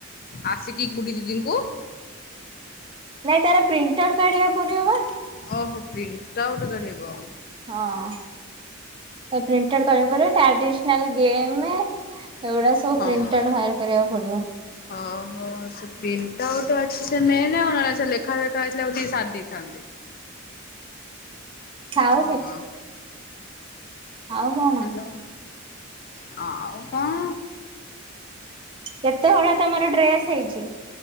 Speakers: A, on the left; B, on the right.
A: ଆସିକି ଗୁଡ଼ି ଦିଦିଙ୍କୁ
B: ନାଇଁ ତାର ପ୍ରିଣ୍ଟ ଆଉଟ୍ କାଢିବାକୁ ପଡିବ ବା
A: ଓହୋ ପ୍ରିଣ୍ଟ ଆଉଟ୍ କାଢେଇବ
B: ହଁ ପ୍ରିଣ୍ଟଆଟ କରିବା ପରେ ଟ୍ରାଡିସନାଲ ଗେମ ଏଗୁଡା ସବୁ
A: ହଁ
B: ପ୍ରିଣ୍ଟାଆଉଟ୍ ବାହାର୍ କରିବାକୁ ପଡିବ।
A: ଓହୋ ସେ ପ୍ରିଣ୍ଟ ଆଉଟ୍ ଅଛି ସେମ କ ଲେଖା ଲେଖାତ ସାରିଦେଇଥାନ୍ତି
B: ଥାଉ
A: ହଁ
B: ସେଠି ଆଉ କଣ
A: ହ୍ୟାଲୋ ଆଉ କଣ
B: କେତେ ବଳ ତମର ଡ୍ରେସ୍ ହେଇଛି?